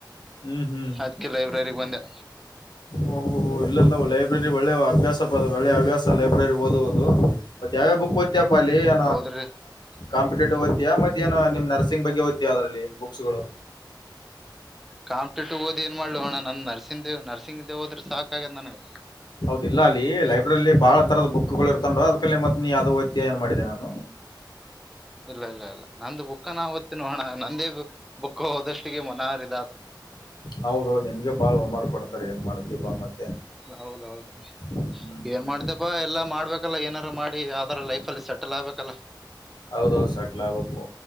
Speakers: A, on the left; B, in the centre.
A: ಹ್ಮ್ ಹ್ಮ್
B: ಅದ್ಕ್ಕೆ ಲೈಬ್ರರಿಗ್ ಬಂದೆ
A: ಓಹ ಇಲ್ಲಲ್ಲ ಲೈಬ್ರರಿ ಒಳ್ಳೆ ಅಭ್ಯಾಸ ಪ ಒಳ್ಳೆ ಹಭ್ಯಾಸ ಅಲ್ಲ ಎಡ ಓದ ಹಓದು ಮತ್ತ ಯಾವ್ಯಾವ ಬುಕ್ ಓ್ತಪ್ಪ ಅಲ್ಲಿ ಏಾ
B: ಹೌದ್ರಿ
A: ಕಂಪಿಟೇಟಿವ್ಓ್ತಿಯ ಮತ್ತೆ ಏ ನಿಮ್ದ ನರ್ಸಿಂಗ್ ಬಗ್ಗೆ ಓ್ತೀ ಅದ್ರಲ್ಲಿ ಬುಕ್ಸ್ಗಳು
B: ಕಾಂಿಟೇಟಿವ್ ಓದ ಏನ್ ಮಾಡ್ಲೋಣ ನರ್ಸಂಗ್ ನರ್ಸಂಗ್ೇ ಹೋದ್ರ ಸಾಕಾಗಗೆ ನನಗೆ
A: ಹೌದಿಲ್ಲ ಅಲ್ಲಿ ಲೈಬ್ರರಿಲಿ ಬಾಳ ತರದ ಬುಕ್ ಗಳು ಇರ್ತೊಂಡು ಅದ್ಕಲ್ಲಿ ಮತ್ತೆ ನೀ ಯಾ್ದೋ ವ್ಯ ಏನ್ ಮಾಡಿದೆನೆ ನಾನು
B: ಇಲ್ಲ ಇಲ್ಲ ಇಲ್ಲ ನಂದು ಬುಕ್ಕ ನಾ ಹೊತ್ತಿ ನೋಣ ನಂದೇ ಬುಕ್ ಹೋದಷ್ಟಿಗೆ ಮನಹಾರಿದ
A: ಹೌದು ನಿಮ್ಗೆ ಬಾಳ್ ಹೋಮಾರ್ ಕೊಡ್ತಾರೆ ಏನ್ ಮಾಡತಿೀ ಬ ಮತ್ತೆ
B: ಹೌದೌದು
A: ಹ್ಮ್
B: ಏನ್ ಮಾಡ್ತೇಪಾ ಎಲ್ಲಾ ಮಾಡ್ಬೇಕಲ್ಲ ಏನಾರ ಮಾಡಿ ಅದಾರ ಲೈಫಲ್ಲಿ ಸ ಕಟಲಾವ ಕಲ್ಲ
A: ಹೌದೌದು ಸಟ್ಲ್ ಆಗ್ಬೇಕು